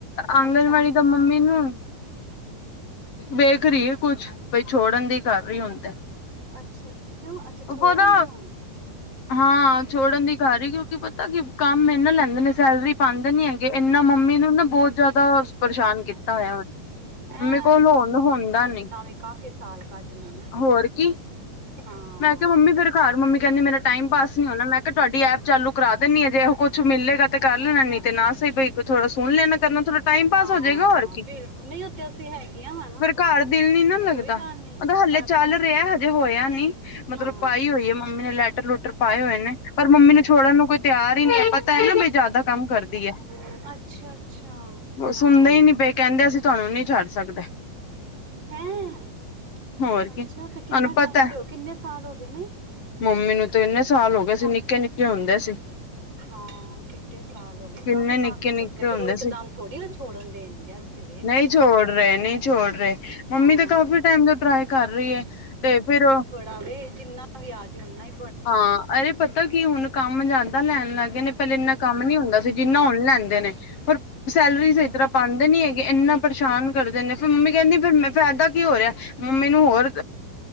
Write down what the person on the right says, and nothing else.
ਅੱਛਾ-ਅੱਛਾ
ਅੱਛਾ ਕਿਉਂ ਛੋੜਨ
ਦੇ ਹੁਣ
ਹੈਂ
ਤਾਂ ਵੀ ਕਾਫ਼ੀ ਸਾਲ ਕੱਟ ਲਏ ਨੇ
ਹਾਂ
ਹਾਂ
ਬਿਲਕੁਲ ਨਹੀਂ ਉੱਥੇ ਅਸੀਂ ਹੈਗੀਆਂ ਵਾ ਨਾ
ਕੋਈ ਗੱਲ ਨੀ
ਕਰ
ਲਾਂ
ਹਾਂ
ਅੱਛਾ-ਅੱਛਾ-ਅੱਛਾ
ਹਾਂ
ਹੈਂ
ਅੱਛਾ
ਫਿ ਕਿੰਨਾ
ਟਾਈਮ ਤੇ ਹੋ ਕਿੰਨੇ ਸਾਲ ਹੋ ਗਏ ਨੇ
ਹਾਂ ਕਿੱਡੇ ਸਾਲ ਹੋ ਗਏ
ਤਾਂ ਹੀ
ਤਾਂ
ਫੇਰ
ਉਹ ਇਕਦਮ
ਥੋੜ੍ਹੀ ਨਾ ਛੋੜਨ ਦੇਣਗੇ ਵੀ <unintelligible>
ਹਾਂ
ਤਾਂ ਵੇ ਜਿੰਨਾ ਵੀ ਆ ਜੇ ਓਹਨਾ ਈ
ਅੱਛਾ